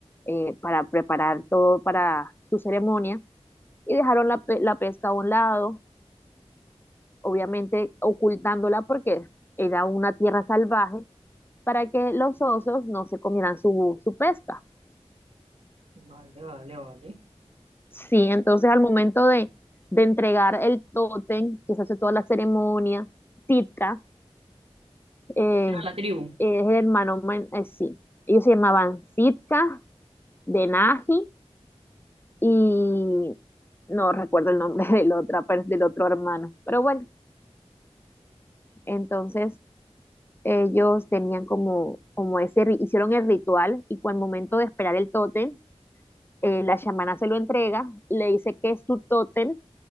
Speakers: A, on the left; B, on the right.
A: eh, para preparar todo para su ceremonia y dejaron la, pe- la pesca a un lado, obviamente ocultándola porque era una tierra salvaje para que los osos no se comieran su, su pesca.
B: Vale, vale, vale.
A: Sí, entonces al momento de, de entregar el tótem, que se hace toda la ceremonia, Sitka eh,
B: Era la tribu.
A: es el hermano, men- eh, sí, ellos se llamaban Sitka, Denaji y no recuerdo el nombre <laughs> del, otra, per- del otro hermano, pero bueno, entonces ellos tenían como, como ese, ri- hicieron el ritual y cuando al momento de esperar el tótem, eh, la chamana se lo entrega, le dice que su tótem